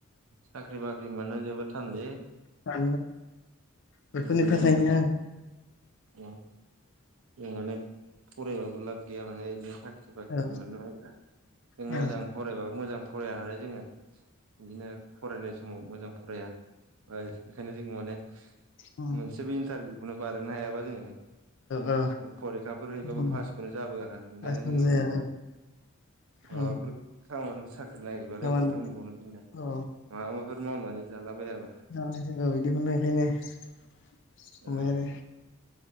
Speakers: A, on the right; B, on the left.
A: साख्रि बाख्रि मोननो जोबोद थानलै
B: <unintelligible> औ बेफोरनि
A: बिदिनो
B: थाखायनो आं
A: उम जों माने फरायबाबो लाब गैया माने <unintelligible> बा खिबो
B: औ
A: मोननो नागिरा जों मोजां
B: औ
A: फरायबाबो मोजां फरायानालाय जोङो बिदिनो फरायनाय समाव मोजां फराया <unintelligible> ओंखायनो जों माने
B: औ
A: मोनसेबो इन्टारभिउखौनो बारनो हायाबा जोङो
B: औ
A: फरिखाफोर हैबाबो
B: औ
A: पासखौनो जाबोआ ओंखायनो
B: आसोम
A: जों
B: जाया औ
A: माबाफोर खामानि साख्रि नागिरबालाय
B: खामानि
A: अबावथ' मोनबावनो जोंना
B: औ
A: माबाबाफोर मावनानै जाला बायाबा
B: जानाय औ बिदिखौनो ओंखायनो खालामबाय
A: औ
B: आरो